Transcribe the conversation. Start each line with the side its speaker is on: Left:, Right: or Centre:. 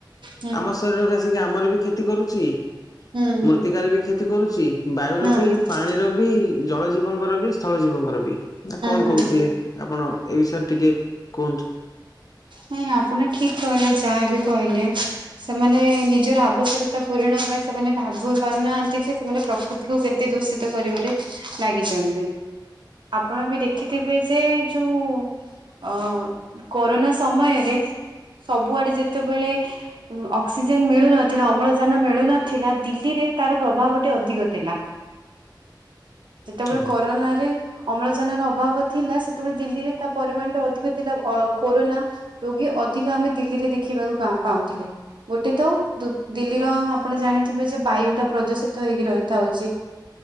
Right: ହୁଁ
Left: ଆମ ଶରୀରକୁ ଆସିକି ଆମର ବି କ୍ଷତି କରୁଚି।
Right: ହୁଁ ହୁଁ।
Left: ମୂର୍ତ୍ତିକାର ବି କ୍ଷତି କରୁଚି। ବାୟୁର
Right: ହୁଁ
Left: ବି ପାଣିର ବି ଜଳ ଜୀବଙ୍କର ବି ସ୍ଥଳ ଜୀବଙ୍କର ବି ନା କଣ
Right: ହୁଁ
Left: କୋହୁଥିଲେ।
Right: ହୁଁ
Left: ଆପଣ ଏ ବିଷୟରେ ଟିକେ କୁହନ୍ତୁ।
Right: ହୁଁ ଆପଣ ଠିକ୍ କହିଲେ ଯାହାବି କହିଲେ। ସେମାନେ ନିଜର ଆବଶ୍ୟକତା ପୂରଣ ପାଇଁ ସେମାନେ ଭାବି ପାରୁନାହାନ୍ତି ଯେ ସେମାନେ ପୃଥିବିକୁ କେତେ ଦୂଷିତ କରିବାରେ ଲାଗିଚନ୍ତି। ଆପଣ ବି ଦେଖିଥିବେ ଯେ ଯୋଉ ଅ କରୋନା ସମୟରେ ସବୁଆଡେ ଯେତେବେଳେ ଉ ଅକ୍ସିଜେନ ମିଳୁନଥିଲା ଅମ୍ଳଜାନ ମିଳୁନଥିଲା ଦିଲ୍ଲୀରେ ତାର ପ୍ରଭାବ ଟିକେ ଅଧିକ ଥିଲା। ଯେତେବେଳେ
Left: ଆଜ୍ଞା
Right: କରୋନାରେ ଅମ୍ଳଜାନର ଅଭାବ ଥିଲା। ସେତେବେଳେ ଦିଲ୍ଲୀରେ ତା ପରିମାଣ ଟିକେ ଅଧିକ ଥିଲା ଅ କୋରୋନା। ରୋଗୀ ଅଧିକ ଆମେ ଦିଲ୍ଲୀରେ ଦେଖିବାକୁ ପାଁ- ପାଁଉଥିଲେ। ଗୋଟେ ତ ଦୁ-ଦିଲ୍ଲୀର ଆପଣ ଜାଣିଥିବେ ଯେ ବାୟୁ ଟା ପ୍ରଯୋଷିତ ହେଇକି ରହିଥାଉଚି।